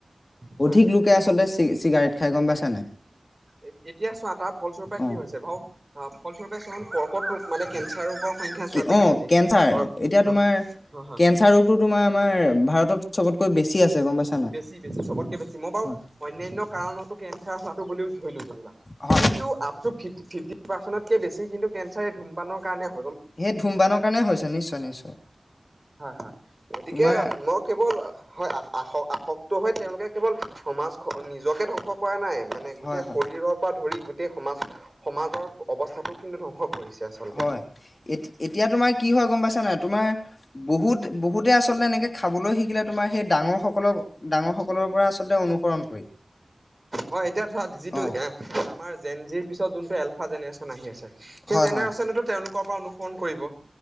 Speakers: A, on the right; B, on the left.
A: হয়
B: অধিক লোকে আচলতে চি-চিগাৰেট খাই গম পাইছা নে
A: এ এতিয়া চোৱা তাৰ ফলস্বৰূপ কি
B: অ
A: হৈছে, ভাও ফলসৰূপে কৰ্কট ৰোগ মানে কেঞ্চাৰ ৰোগৰ সংখ্যা চোৱা
B: কি,
A: তুমি
B: অ,
A: আজি
B: কেঞ্চাৰ?
A: ভাৰত
B: এতিয়া তোমাৰ
A: হয় হয়
B: কেঞ্চাৰ ৰোগটো তোমাৰ আমাৰ ভাৰতত চবতকৈ বেছি আছে গম পাইছা নাই
A: বেছি, বেছি চবতকে বেছি, মই বাৰু
B: হয়
A: অন্যান্য কাৰণতো কেঞ্চাৰ হোৱাটো বুলিও ধৰিলো যেনিবা
B: হয়,
A: কিন্তু আপ ফিফট, ফিফটি পাৰ্চেণ্টতকৈ বেছি কিন্তু কেঞ্চাৰ এই ধূমপানৰ কাৰণে হ
B: সেই ধূমপানৰ কাৰণে হৈছে নিশ নিশ্চয়।
A: হয়, হয়, গতিকে
B: তোমাৰ
A: মই কেৱল হয়, আ আসক্ত হৈ তেওঁলোকে কেৱল সমাজ খ, নিজকে ধ্বংস কৰা নাই মানে গোটেই
B: হয় হয়
A: শৰীৰৰ পৰা ধৰি গোটে সমাজ, সমাজৰ অৱস্থাটো কিন্তু ধ্বংস কৰিছে আচলতে
B: হয়, এত-এতিয়া তোমাৰ কি হয় গম পাইছা নাই, তোমাৰ বহুত, বহুতে আচলতে এনেকে খাবলৈ শিকিলে তোমাৰ সেই ডাঙৰ সকলক, ডাঙৰ সকলৰ পৰা আচলতে অনুসৰণ কৰি।
A: হয় এতিয়া ধৰা যিটো
B: অ
A: এ, আমাৰ জেনজি পিছত যোনটো এলফা জেনেৰেচন আহি আছে। সেই
B: হয়
A: জেনেৰেচনেতো
B: হয়
A: তেওঁলোকৰ পৰা অনু ফোন কৰিব।